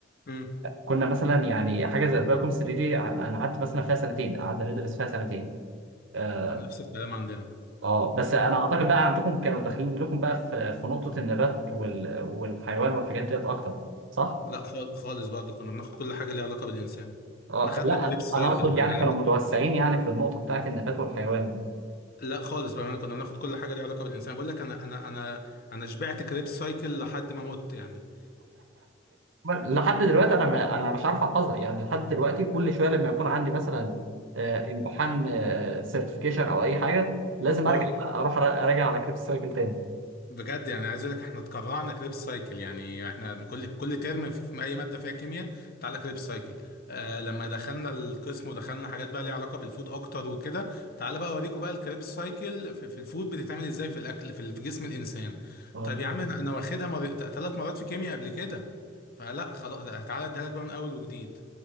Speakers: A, on the left; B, on the right.
A: امم
B: كنا مثلا يعني حاجه زي البايوكيمستري دي ع- انا قعدت مثلا فيها سنتين قعدنا ندرس فيها سنتين اه
A: نفس الكلام عندنا
B: آه، بس انا اعتقد بقى عندكم كانوا داخلين لكم بقى في في نقطه النبات وال... والحيوان والحاجات ديت اكتر صح؟
A: لا خال- خالص برضه كنا بناخد كل حاجة ليها علاقة بالإنسان
B: اه
A: احنا خدنا
B: لا
A: كريب سايكل
B: انا اقصد
A: يعني
B: يعني
A: انا
B: كانوا متوسعين يعني في النقطه بتاعت النبات والحيوان
A: لا خالص بقى انا كنا بناخد كل حاجة ليها علاقة بالإنسان بقول لك انا انا انا انا شبعت كريب سايكل لحد ما مت يعني
B: لحد دلوقتي انا ما انا مش عارف احفظها يعني لحد دلوقتي كل شويه لما يكون عندي مثلا آه، امتحان سيرتيفيكيشن او اي حاجه لازم ارجع
A: اه
B: اروح أرا- اراجع على كريب سايكل تاني
A: بجد يعني عايز اقول لك احنا اتكرعنا كريب سايكل يعني احنا كل كل ترم في في اي ماده فيها كيمياء تعالى كريب سايكل آه لما دخلنا القسم ودخلنا حاجات بقى ليها علاقه بالفود اكتر وكده تعالى بقى اوريكم بقى الكريب سايكل في, في الفود بتتعمل ازاي في الاكل في, ال- في جسم الانسان
B: اه
A: طيب يا عم انا أنا واخدها مر... ثلاث مرات في كيمياء قبل كده فلا خلاص ده- تعالى اديها لك بقى من اول وجديد